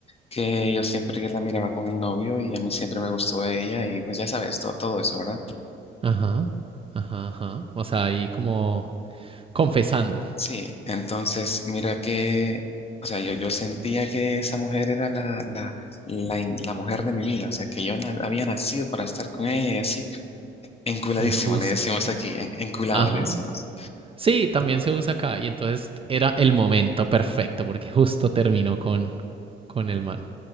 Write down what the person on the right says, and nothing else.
Ajá, ajá, ajá. O sea, ahí como confesando.
Y justo.
Ajá.
Sí, también se usa acá. Y entonces era el momento perfecto porque justo terminó con, con el man.